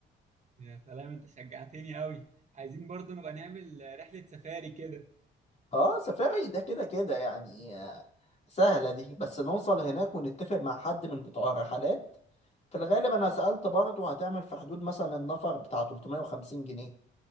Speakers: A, on the right; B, on the left.
A: يا سلام انت شجعتني قوي عايزين برضه نبقى نعمل رحلة سفاري كده
B: اه سفاري ده كده كده يعني آه، سهلة دي بس نوصل هناك ونتفق مع حد من بتوع الرحلات في الغالب انا سألت برضه هتعمل في حدود مثلا النفر بتاع 350 جنيه